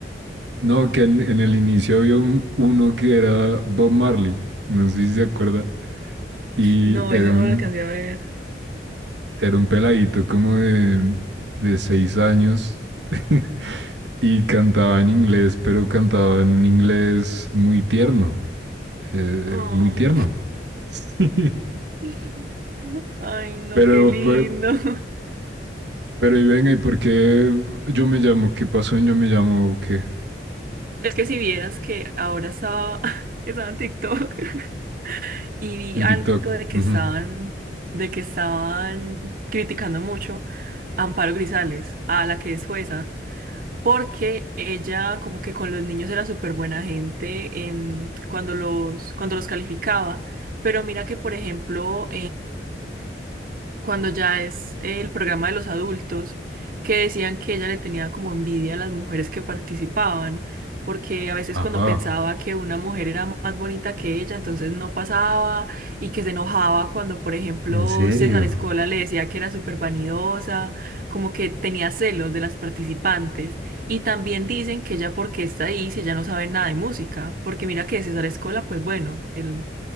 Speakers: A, on the right; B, on the right.
A: No, que en, en el inicio había un, uno que era Bob Marley. No sé si se acuerda. Y
B: No,
A: era
B: ese
A: un,
B: no lo alcancé a ver.
A: era un peladito como de, de seis años. <laughs> y cantaba en inglés, pero cantaba en un inglés muy tierno. Eh,
B: Oh.
A: muy tierno. <laughs>
B: <laughs> Ay, no,
A: pero,
B: qué lindo.
A: pero,
B: <laughs>
A: pero, y venga, ¿y por qué yo me llamo? ¿Qué pasó en yo me llamo? ¿Qué?
B: Es que si vieras que ahora estaba, <laughs> estaba en TikTok <laughs> y vi
A: En
B: algo
A: TikTok.
B: de que
A: Uh
B: estaban,
A: -huh.
B: de que estaban criticando mucho a Amparo Grisales, a la que es jueza, porque ella como que con los niños era súper buena gente en, cuando los, cuando los calificaba, pero mira que por ejemplo cuando ya es eh, el programa de los adultos, que decían que ella le tenía como envidia a las mujeres que participaban, porque a veces
A: Ajá.
B: cuando pensaba que una mujer era más bonita que ella, entonces no pasaba y que se enojaba cuando, por ejemplo,
A: ¿En serio?
B: César Escola le decía que era súper vanidosa, como que tenía celos de las participantes. Y también dicen que ella porque está ahí si ella no sabe nada de música, porque mira que César Escola, pues bueno, él